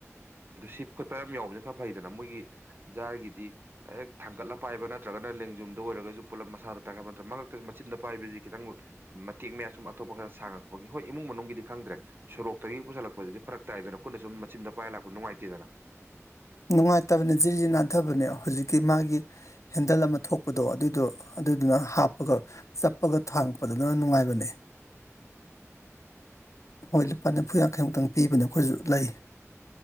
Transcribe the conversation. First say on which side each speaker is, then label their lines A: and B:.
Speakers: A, on the right (about 45°); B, on the left (about 70°).
A: ꯑꯗꯨ ꯁꯤ ꯈꯣꯠꯄ ꯌꯥꯝ ꯌꯥꯎꯕꯅ ꯈꯔ ꯐꯩꯗꯅ ꯃꯣꯏꯒꯤ ꯖꯥꯔꯒꯤꯗꯤ ꯍꯦꯛ ꯊꯥꯡꯒꯠꯂ ꯄꯥꯏꯕ ꯅꯠꯇ꯭ꯔꯒꯅ ꯂꯦꯡꯖꯨꯝꯗ ꯑꯣꯏꯔꯒꯁꯨ ꯄꯨꯜꯂꯞ ꯃꯁꯥꯗ ꯇꯥꯡꯈꯠ ꯅꯠꯇ꯭ꯔ ꯃꯔꯛꯇꯁꯨ ꯃꯆꯤꯟꯗ ꯄꯥꯏꯕꯁꯤ ꯈꯤꯇꯪ ꯇꯦꯛ ꯃꯌꯥꯝ ꯁꯨꯝ ꯑꯇꯣꯞꯄ ꯈꯔ ꯁꯥꯡꯉꯛꯄꯒꯤ ꯍꯣꯏ ꯏꯃꯨꯡ ꯃꯅꯨꯡꯒꯤꯗꯤ ꯈꯪꯗ꯭ꯔꯦ ꯁꯣꯔꯣꯛꯇꯒꯤ ꯄꯨꯁꯜꯂꯛꯁꯤꯗꯤ ꯐꯔ ꯇꯥꯏꯗꯅ ꯈꯨꯠꯅ ꯁꯨꯝ ꯃꯆꯤꯟꯗ ꯄꯥꯏꯔ ꯂꯥꯛꯄ ꯅꯨꯡꯉꯥꯏꯇꯦꯗꯅ
B: ꯅꯨꯡꯉꯥꯏꯇꯕꯅꯦ ꯖꯤꯔꯤꯖꯤ ꯅꯥꯟꯊꯕꯅꯦ ꯍꯧꯖꯤꯛ ꯀꯤ ꯃꯥꯒꯤ ꯍꯦꯟꯗꯜ ꯑꯃ ꯊꯣꯛꯄꯗꯣ ꯑꯗꯨꯗꯣ ꯑꯗꯨꯗꯨꯅ ꯍꯥꯞꯄꯒ ꯆꯞꯄꯒ ꯊꯥꯡꯛꯄꯗ ꯑꯗꯨ ꯂꯅ ꯅꯨꯡꯉꯥꯏꯕꯅꯦ ꯍꯣꯏ ꯂꯨꯄꯥ ꯅꯤꯐꯨ ꯌꯥꯡꯈꯩꯃꯨꯛꯇꯪ ꯄꯤꯕꯅꯦ ꯑꯩꯈꯣꯏꯁꯨ ꯂꯩ